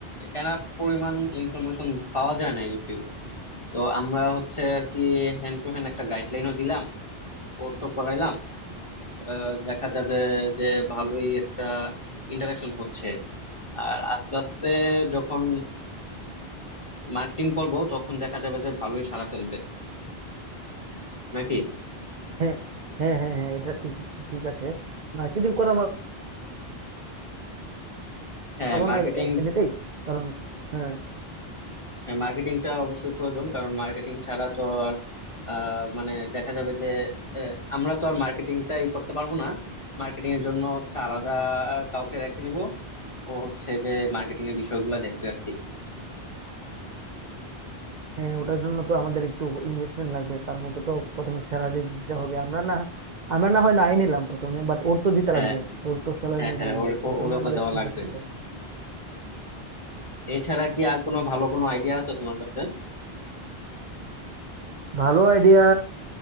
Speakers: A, on the left; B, on the right.
A: এনাফ পরিমাণ ইনফরমেশন পাওয়া যায় না ইউটিউবে তো আমরা হচ্ছে আর কি হ্যান্ড টু হ্যান্ড একটা গাইডলাইনও দিলাম কোর্সও করাইলাম আহ, দেখা যাবে যে ভালোই একটা ইন্টারাকশন হচ্ছে আর আস্তে আস্তে যখন মার্কেটিং করব তখন দেখা যাবে যে ভালোই সাড়া ফেলবে নাকি
B: হ্যাঁ হ্যাঁ হ্যাঁ হ্যাঁ এটা ঠিক ঠিক আছে মার্কেটিং করা
A: হ্যাঁ
B: পারবো
A: মার্কেটিং
B: না এ- এ- এমনিতেই কারণ হ্যাঁ
A: মার্কেটিংটা অবশ্যই প্রয়োজন কারণ মার্কেটিং ছাড়া তো আর আহ, মানে দেখা যাবে যে আহ, আমরা তো আর মার্কেটিংটা ই করতে পারবো না মার্কেটিং এর জন্য হচ্ছে আলাদা কাউকে রেখে নেবো ও হচ্ছে যে মার্কেটিং এর বিষয়গুলো দেখবে আর কি
B: হ্যাঁ, ওটার জন্য তো আমাদের একটু ইনভেস্টমেন্ট লাগবে কারণ ওকে তো প্রথমে স্যালারি দিতে হবে আমরা না আমরা না হয় নাই নিলাম প্রথমে বাট ওর তো দিতে
A: হ্যাঁ
B: লাগবে ওর তো স্যালারি
A: হ্যাঁ
B: নিতে
A: হ্যাঁ
B: লাগবে
A: ওর-
B: ওর
A: ও-
B: জন্য
A: ওরে তো
B: আমাদের
A: দেওয়া
B: ইনভেস্টমেন্ট
A: লাগবে
B: লাগবে
A: এছাড়া কি আর কোনো ভালো কোনো আইডিয়া আছে তোমার কাছে
B: ভালো আইডিয়া